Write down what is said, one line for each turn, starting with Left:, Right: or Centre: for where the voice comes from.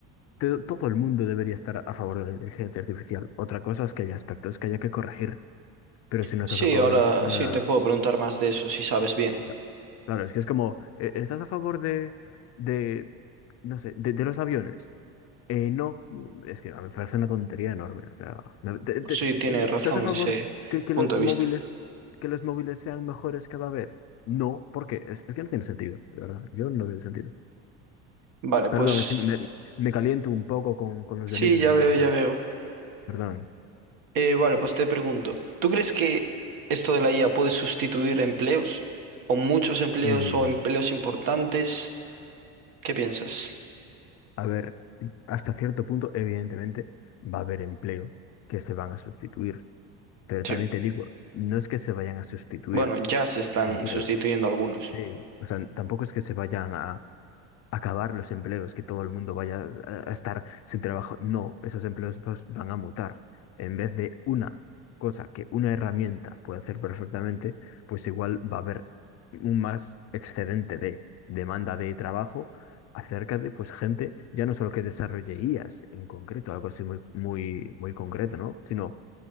Left: te- todo el mundo debería estar a favor de la inteligencia artificial. Otra cosa es que haya aspectos que haya que corregir, pero si no
Right: Sí,
Left: estás a favor
Right: ahora
Left: de la... de
Right: sí
Left: la-
Right: te puedo preguntar más de eso si sabes bien.
Left: la- claro, es que es como, eh, ¿estás a favor de, de, no sé, de, de los aviones? Eh, no, mm, es que a mí me parece una tontería enorme. O sea, no- te- te-
Right: Sí, tiene
Left: mm,
Right: razón
Left: ¿estás a favor
Right: ese
Left: que, que
Right: punto
Left: los
Right: de
Left: móviles,
Right: vista.
Left: que los móviles sean mejores cada vez? No, ¿por qué? Es, es que no tiene sentido, de verdad. Yo no veo el sentido.
Right: Vale,
Left: Perdón,
Right: pues
Left: es que me, me caliento un poco con, con los
Right: sí,
Left: delitos
Right: ya
Left: de alguna
Right: veo, ya
Left: gente.
Right: veo.
Left: Perdón.
Right: Eh, vale, pues te pregunto, ¿tú crees que esto de la IA puede sustituir empleos? ¿O muchos empleos
Left: Eh,
Right: o empleos importantes? ¿Qué piensas?
Left: a ver, hasta cierto punto, evidentemente, va a haber empleos que se van a sustituir. Pero
Right: Sí.
Left: también te digo, no es que se vayan a sustituir
Right: Bueno, ya se están
Left: los empleos.
Right: sustituyendo algunos.
Left: Sí. O sea, tampoco es que se vayan a, acabar los empleos, que todo el mundo vaya a a estar sin trabajo. No, esos empleos pues, van a mutar. En vez de una cosa que una herramienta puede hacer perfectamente, pues igual va a haber un más excedente de demanda de trabajo acerca de pues gente, ya no solo que desarrolle IAs en concreto, algo así muy, muy, muy concreto, ¿no? Sino